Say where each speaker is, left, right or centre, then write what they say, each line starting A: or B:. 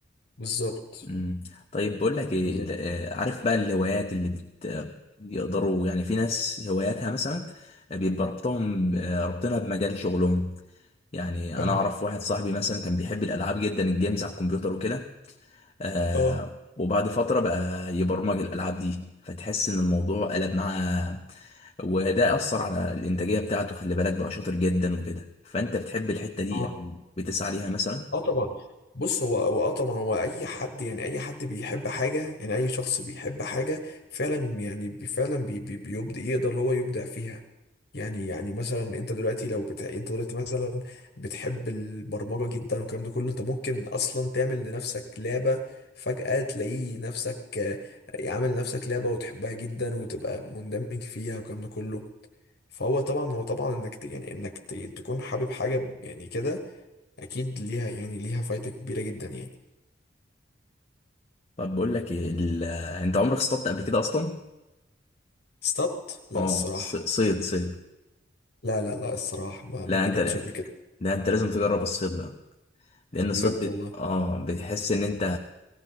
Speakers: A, on the left; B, on the left.
A: بالظبط
B: مم. طيب بقول لك ايه
A: بالظبط
B: ل- آه، عارف بقى الهوايات اللي بت آه، يقدروا يعني في ناس هواياتها مثلا بيبقى ربطهم آه، ربطنا بمجال شغلهم يعني
A: اه
B: انا اعرف واحد صاحبي مثلا كان بيحب الالعاب جدا الجيمز على الكمبيوتر وكده آه
A: اه
B: وبعد فترة بقى يبرمج الالعاب دي فتحس ان الموضوع قلب معاه وده اثر على الانتاجية بتاعته خلي بالك بقى شاطر جدا وكده فانت بتحب الحتة دي
A: اه
B: او بتسعى ليها مثلا
A: اه طبعا بص هو هو اه طبعا هو اي حد يعني اي حد بيحب حاجه يعني اي شخص بيحب حاجه فعلا يعني بي- فعلا بي بي بيبدع يقدر اللي هو يبدع فيها يعني يعني مثلا انت دلوقتي لو بتا... انت دلوقتي مثلا بتحب البرمجه جدا والكلام ده كله انت ممكن اصلا تعمل لنفسك لعبه فجاه تلاقي نفسك آه، عامل لنفسك لعبه وتحبها جدا وتبقى مندمج فيها والكلام ده كله فهو طبعا هو طبعا انك ت- يعني انك ت- تكون حابب حاجه يعني كده اكيد ليها يعني ليها فايدة كبيرة جدا يعني
B: طب بقول لك إيه ال- آه، انت عمرك اصطدت قبل كده اصلا
A: استط لا
B: اه
A: الصراحة
B: ص- صيد صيد
A: لا لا لا الصراحة ما,
B: لا
A: ما جربتش
B: انت
A: قبل كده
B: لا انت لازم تجرب الصيد بقى لان
A: بجد
B: الصيد بت...
A: والله
B: اه بتحس ان انت